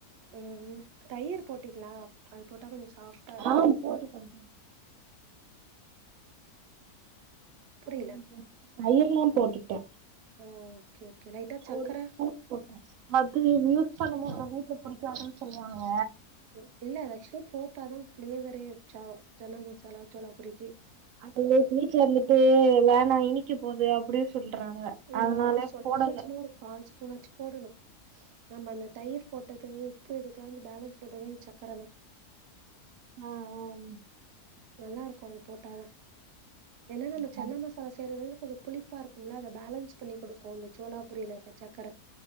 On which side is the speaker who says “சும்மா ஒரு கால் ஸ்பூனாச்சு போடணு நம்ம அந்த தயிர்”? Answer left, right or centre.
Right